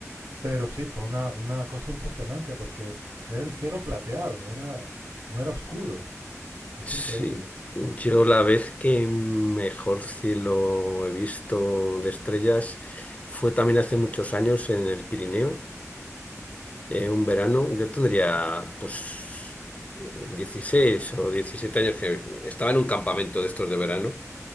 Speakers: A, on the right; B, on the left.
A: Pero sí, fue una, una cosa impresionante porque era el cielo plateado, era, no era oscuro. Es
B: sí.
A: increíble.
B: Yo la vez que mejor cielo he visto de estrellas fue también hace muchos años en el Pirineo. Eh, un verano, yo tendría pues 16 o 17 años que estaba en un campamento de estos de verano,